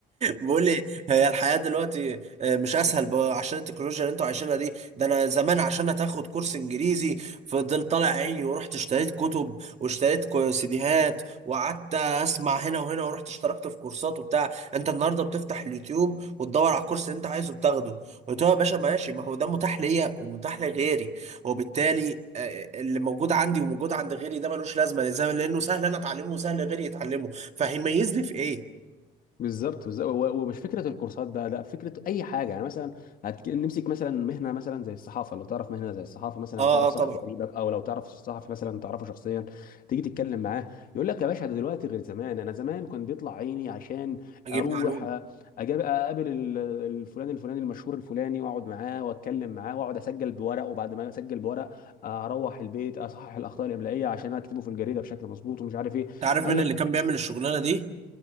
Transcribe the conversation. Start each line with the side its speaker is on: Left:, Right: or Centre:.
Right: بيقول لي هي الحياه دلوقتي آه، مش اسهل بقى عشان التكنولوجيا اللي انتوا عايشينها دي ده انا زمان عشان هتاخد كورس انجليزي فضلت طالع عيني ورحت اشتريت كتب واشتريت كو- سيديهات وقعدت اسمع هنا وهنا ورحت اشتركت في كورسات وبتاع انت النهارده بتفتح اليوتيوب وتدور على الكورس اللي انت عايزه بتاخده قلت له يا باشا ماشي ما هو ده متاح ليا ومتاح لغيري وبالتالي آه، آه، اللي موجود عندي وموجود عند غيري ده ملوش لازمه زي- لانه سهل انا اتعلمه وسهل غيري يتعلمه فهيميزني في ايه؟
Left: بالظبط بالظبط و- ومش فكره الكورسات بقى لا فكره اي حاجه يعني مثلا هتج... نمسك مثلا مهنه مثلا زي الصحافه لو تعرف مهنه زي الصحافه مثلا
Right: اه
Left: لو تعرف
Right: اه طبعا
Left: صحفي قريبك او لو تعرف صحفي مثلا تعرفه شخصيا تيجي تتكلم معاه يقول لك يا باشا ده دلوقتي غير زمان انا زمان كان بيطلع عيني عشان
Right: اجيب
Left: اروح
Right: معلومه
Left: أ- أجاب اقابل ال- الفلان الفلاني المشهور الفلاني واقعد معاه واتكلم معاه واقعد اسجل بورق وبعد ما اسجل بورق اروح البيت اصحح الاخطاء الاملائيه عشان اكتبه في الجريده بشكل مظبوط ومش عارف ايه
Right: انت عارف
Left: قال
Right: مين
Left: لك
Right: اللي كان بيعمل الشغلانه دي؟